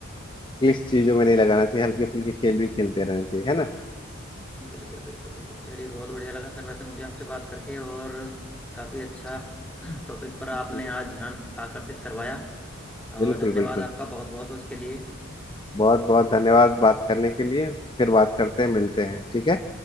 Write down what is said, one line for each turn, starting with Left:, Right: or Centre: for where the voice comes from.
Left: इंग्लिश चीजों में नहीं लगाना चाहिए हल्के फुल्के खेल भी खेलते रहना चाहिए है ना
Centre: बिल्कुल बिल्कुल बिल्कुल चलिए बहुत बढ़िया लगा सर वैसे मुझे आपसे बात करके और काफ़ी अच्छा
Left: चलिए,
Centre: <clears throat> टॉपिक पर आपने
Left: बिल्कुल
Centre: आज ध्यान आकर्षित करवाया और
Left: बिल्कुल
Centre: धन्यवाद
Left: बिल्कुल बिल्कुल
Centre: आपका बहुत बहुत इसके लिए
Left: बहुत बहुत धन्यवाद बात करने के लिए फिर बात करते हैं मिलते
Centre: जी
Left: हैं ठीक है